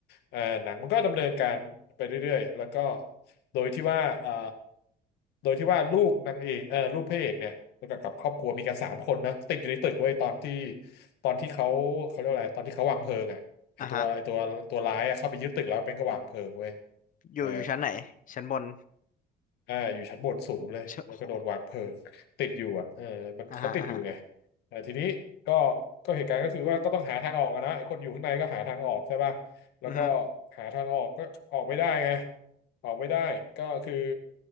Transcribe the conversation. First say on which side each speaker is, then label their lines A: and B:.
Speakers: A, on the left; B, on the left.
A: เอ่อหนังมันก็ดำเนินการไปเรื่อยๆแล้วก็โดยที่ว่าเอ่อโดยที่ว่าลูกนางเอกเอ่อลูกพระเอกเนี่ยแล้วก็กับครอบครัวมีกันสามคนนะติดอยู่ในตึกไว้ยตอนที่ตอนที่เขาเขาเรียกว่าอะไรตอนที่เขาวางเพลิงอ่ะไอตัวไอตัวตัวร้ายอะเข้าไปยึดตึกแล้วเป็นก็วางเพลิงเว้ย
B: อ่าฮะอยู่อยู่ชั้นไหนชั้นบน
A: เออ อ่าอยู่ชั้นบนสูงเลยแล้วก็โดนวางเพลิงติดอยู่อ่ะเออมันเขาติดอยู่ไง
B: เชโอ้โหอ่าฮะอ่าฮะ
A: แต่ทีนี้ก็ก็เหตุการณ์ก็คือว่าก็ต้องหาทางออกอะนะไอ้คนอยู่ข้างในก็หาทางออกใช่ป่ะแล้วก็
B: อือฮึ
A: หาทางออกก็ออกไม่ได้ไงออกไม่ได้ก็คือ